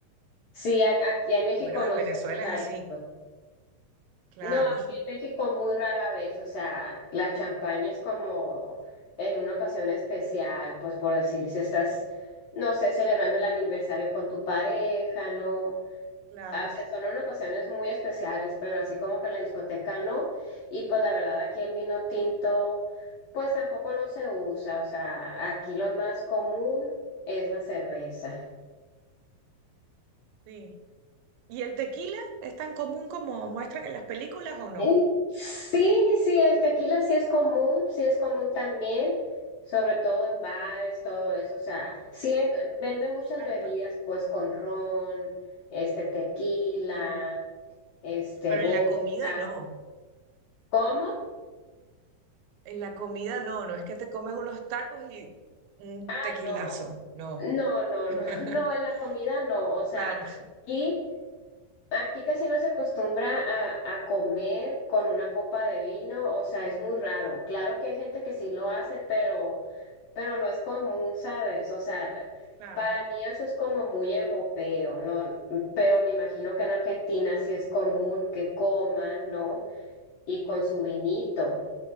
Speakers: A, on the left (about 75°); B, on the right (about 80°).
A: Sí, a- aquí en México
B: Al menos
A: no
B: en Venezuela
A: se usa
B: es así.
A: eso.
B: Claro,
A: No, aquí en México muy rara vez, o sea, la champaña es como en una ocasión especial, pues por decir, si estás, no sé, celebrando el aniversario con tu pareja, ¿no?
B: <laughs>
A: Ah, O sea,
B: claro.
A: son en ocasiones muy especiales, pero así como que en la discoteca no. Y pues la verdad aquí el vino tinto, pues tampoco no se usa, o sea, aquí lo más común es la cerveza.
B: Sí. ¿Y el tequila es tan común como muestran en las películas o no?
A: Eh, Sí, sí, el tequila sí es común, sí es común también, sobre todo en bares, todo eso, o sea, sí hay- venden muchas
B: Claro,
A: bebidas,
B: pero,
A: pues con ron, este tequila,
B: mm,
A: este
B: pero
A: vodka.
B: en la comida no.
A: ¿Cómo?
B: En la comida no. No es que te comes unos tacos y un
A: Ah,
B: tequilazo.
A: no,
B: No.
A: no, no,
B: <laughs>
A: no, <laughs> no, en la comida no, o sea,
B: Claro.
A: aquí Aquí casi no se acostumbra a, a comer con una copa de vino, o sea, es muy raro. Claro que hay gente que sí lo hace, pero, pero no es común, ¿sabes? O sea, pa-
B: Claro.
A: para mí eso es como muy europeo, ¿no? Pero me imagino que en Argentina sí es común que coman, ¿no? Y con su vinito.